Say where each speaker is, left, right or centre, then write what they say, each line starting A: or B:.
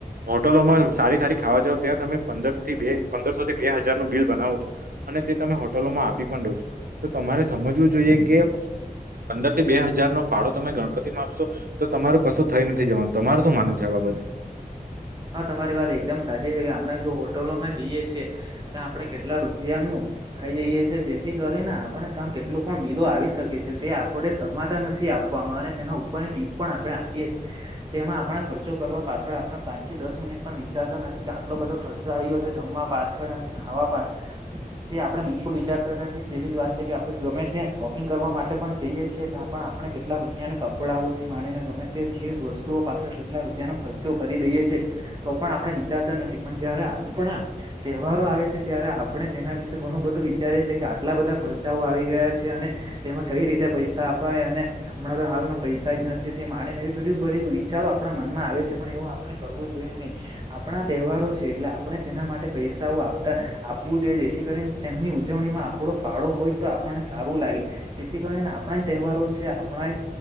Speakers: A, on the right (about 75°); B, on the right (about 30°).
A: હોટલોમાં સારી સારી ખાવા જાવ ત્યાં તમે પથી પંદરસોથી બે હજાર નું બિલ બનાવો છો અને તે તમે હોટલોમાં આપી પણ દો છો તો મારે સમજવું જોઈએ કે, પંદર થી બે હજાર નો ફાળો તમે ગણપતિ માં આપશો તો તમારું કશું થઈ નથી, જવાનું તમાર શું માનુંવુ છે, આ બાબત <unintelligible>
B: હા તમારી વાત એકદમ સાચી છે, કે આપણે જો હોટલોમાં જઈએ છીએ ત્યાં આપણે કેટલા રૂપિયાનું ખાઈ જઈએે છે જેથી કરીને આપણે તં કેટલો પણ બિલો આવી શકે છે, જે આપડ શરમાતા નથી આપ અને તેના ઉપરની ટીપ પણ આપણે આપીએ છીએ તેમાં આપણે ખર્ચો કરવા પાછળ આપ પાંચથી દસ મિનિટ પણ વિચારતા નથી, કે આટલો બધો ખર્ચો આવીયોશે જમવા પાછળ અને ખાવા પાછળ તે આપણે બિલકુલ વિચારતા નથી તેવી જ વાત છે, કે આપણે ગમે ત્યાં શોપિંગ કરવા માટે પણ જઈએ છીએ ત્યાં પણ આપણે કેટલા રૂપિયા ના કપડાઓ થી માણીને ગમે તે ચીજ વસ્તુઓ પાછળ કેટલા રૂપિયાનો ખર્ચો કર દઈએ છે તો પણ આપણે વિચારતા નથી પણ જયારે તહેવારો આવે છે, ત્યારે આપણે તેના વિશે ઘણું બધું વિચારે છે કે આટલા બધા ખર્ચાઓ આવી ગયા છે, અને તેમાં કઈ રીતે પૈસા આપવા હમણાં તો હાલમાં પૈસા જ નથી, મામાંને એવી ઘ બધ વિચારો આપણા મનમાં છે પણ એવું કરવું જોઈએ નહિ, આપણા તહેવારો છે એટલે આપણે તેના માટે પૈસાઓ આપતા આપવું જોઈએ. જેથી કરીને તેમની ઉજવણીમાં આપણો ફાળો હોય, તો આપણને સારું લાગે જેથી કરીને આપણા તહેવારો છે, આપણા